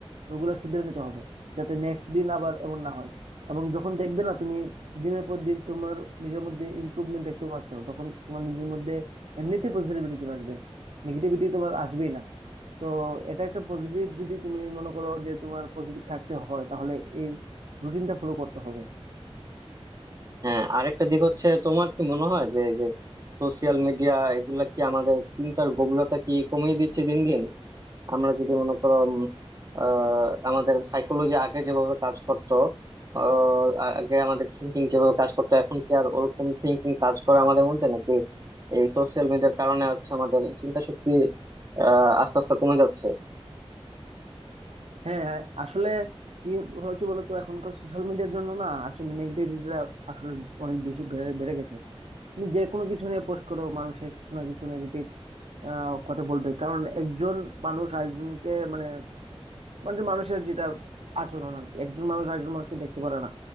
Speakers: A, on the right; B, on the right.
A: ওইগুলো শুধরে নিতে হবে যাতে নেক্সট দিন আবার এমন না হয় এবং যখন দেখবে না তুমি দিনের পর দিন তোমার নিজের মধ্যে ইমপ্রুভমেন্ট দেখতে পাচ্ছ তখন তোমার নিজের মধ্যে এমনিতে পজিটিভিটি চলে আসবে নেগেটিভিটি তোমার আসবেই না তো এটা একটা পজিটিভ যদি তুমি মনে করো যে তোমার পজিটিভ থাকতে হয় তাহলে এই রুটিনটা ফলো করতে হবে
B: হ্যাঁ আরেকটা দিক হচ্ছে তোমার কি মনে হয় যে এই যে সোশিয়াল মিডিয়া এগুলা কি আমাদের চিন্তার গভীরতা কি কমিয়ে দিচ্ছে দিন দিন আমরা যদি মনে করো উম, আহ, আমাদের সাইকোলজি আগে যেভাবে কাজ করতো আহ, আ- আগে আমাদের থিঙ্কিং যেভাবে কাজ করতো এখন কি আর ওরকম থিঙ্কিং কাজ করে আমাদের মধ্যে নাকি এই সোশ্যাল মিডিয়ার কারণে হচ্ছে আমাদের চিন্তা শক্তি আহ, আস্তে আস্তে কমে যাচ্ছে
A: হ্যাঁ হ্যাঁ আসলে কি হচ্ছে বলতো এখনকার সোশ্যাল মিডিয়ার জন্য না আসলে নেগেটিভিটিটা আসলে অনেক বেশি বেড়ে বেড়ে গেছে তুমি যে কোনো কিছু নিয়ে পোস্ট করো মানুষের কিছু না কিছু নেগেটিভ কথা বলবে কারণ একজন মানুষ আরেকজনকে মানে মানে যে মানুষের যেটা আচরণ আর কি একজন মানুষ আরেকজন মানুষকে দেখতে পারে না